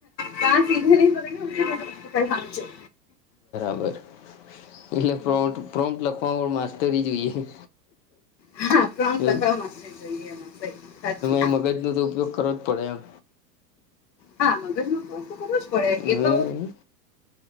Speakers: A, on the left; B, on the left.
A: કા સીધા નહી ભને <unintelligible> આવજો.
B: ભલે. એટલે પ્રો પ્રોન્ટ લખવાવામાં માસ્ટરી જોઈએ.
A: હા પ્રોપ્ટ
B: એવું
A: લખાવવામા માસ્તરી જોઈએ. સહી સાચું
B: એમાં મગજનો તો ઉપયોગ કરવો જ પડે એમ.
A: હા મગજનો તો કરવો જ પડે
B: હમ
A: એ તો